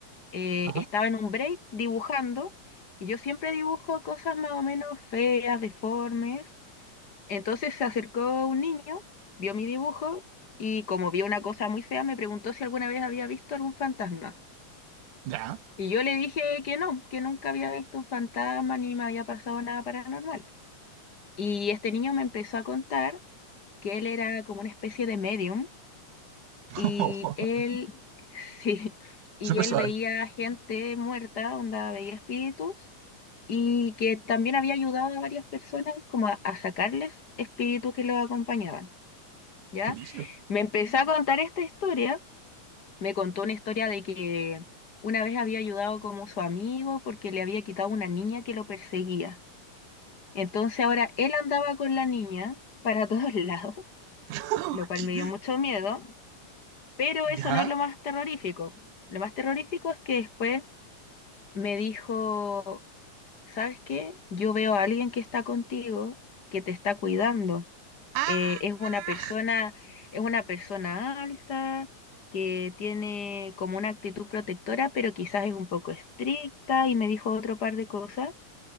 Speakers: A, on the left; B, on the right.
A: eh,
B: ajá,
A: estaba en un break dibujando, y yo siempre dibujo cosas más o menos feas, deformes. Entonces se acercó un niño, vio mi dibujo, y como vio una cosa muy fea, me preguntó si alguna vez había visto algún fantasma.
B: ya.
A: Y yo le dije que no, que nunca había visto un fantasma ni me había pasado nada paranormal. Y este niño me empezó a contar que él era como una especie de medium
B: <laughs>
A: y él, <laughs> sí, y
B: Súper
A: él
B: suave.
A: veía gente muerta, onda, veía espíritus y que también había ayudado a varias personas como a, a sacarles espíritus que los acompañaban, ¿ya?
B: ¿Qué brillo?
A: Me empezó a contar esta historia me contó una historia de que una vez había ayudado como su amigo porque le había quitado una niña que lo perseguía. Entonces ahora él andaba con la niña para todos <laughs> lados,
B: <laughs>
A: lo cual
B: ¿Qué?
A: me dio mucho miedo, pero eso
B: ¿Ya?
A: no es lo más terrorífico. Lo más terrorífico es que después me dijo, ¿sabes qué? Yo veo a alguien que está contigo, que te está cuidando.
B: ¡Ah!
A: eh, es una persona, es una persona alta, que tiene como una actitud protectora, pero quizás es un poco estricta y me dijo otro par de cosas.